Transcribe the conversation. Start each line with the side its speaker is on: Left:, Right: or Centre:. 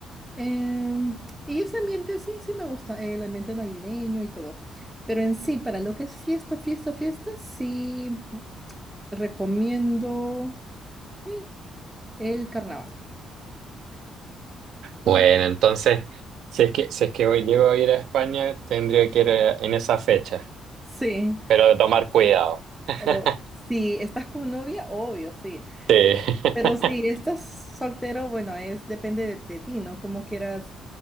Centre: Em, y ese ambiente sí, sí me gusta, el ambiente navideño y todo. Pero en sí, para lo que es fiesta, fiesta, fiesta, sí recomiendo eh, el carnaval. Eso
Right: Bueno, entonces, si es que, si es que hoy llego a ir a España, tendría que ir eh, en esa fecha,
Centre: sí.
Right: pero de tomar cuidado. <laughs>
Centre: O si estás con novia, obvio, sí.
Right: Sí, <laughs>
Centre: Pero si estás soltero, bueno, es depende de, de ti, ¿no? Cómo quieras